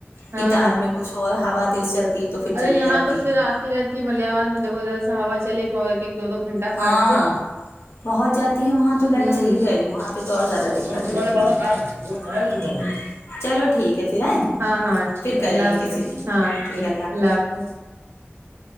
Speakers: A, on the right; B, on the left.
A: ہاں
B: کی تار میں کچھ اور ہوا تیز چلتی ہے تو پھر
A: ارے
B: چلی
A: یہاں
B: جاتی
A: تو پھر
B: ہے
A: آتی رہتی ملیا میں دذا سا ہوا چلے گ ایک ایک دو دو گھنٹہ
B: ہاں
A: کاٹ دے
B: بہت جاتی ہے وہاں
A: کا <unintelligible>
B: تو لائٹ صحیح کہہ رہی ہوں، وہاں پہ تو اور زیادہ دقت رہتی ہے ہوں، چلو ٹھیک ہے پھر ہیں
A: ہاں ہاں ٹھیک
B: پھر
A: ہے
B: کریں
A: اللہ حافظ
B: گے کسی دن
A: ہاں ٹھیک
B: ہے
A: اللہ حافظ